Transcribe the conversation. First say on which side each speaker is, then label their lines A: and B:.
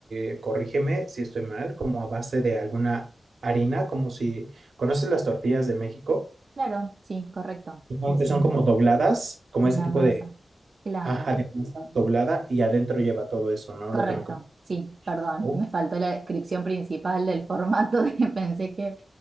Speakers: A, on the right (about 75°); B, on the right (about 60°).
A: eh, corrígeme si estoy mal, como a base de alguna harina, como si, ¿conoces las tortillas de México?
B: Claro, sí, correcto.
A: Supongo
B: Es
A: que son
B: un,
A: como dobladas, como
B: una
A: ese tipo
B: masa.
A: de,
B: Claro,
A: ajá, de masa doblada y adentro lleva todo eso, ¿no?
B: Correcto,
A: Lo que me com-
B: sí, perdón,
A: Oh,
B: me faltó la descripción principal del formato, <laughs> de- pensé que